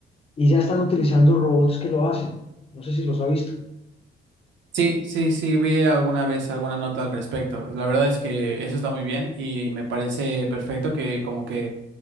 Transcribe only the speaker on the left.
Y ya están utilizando robots que lo hacen. No sé si los ha visto.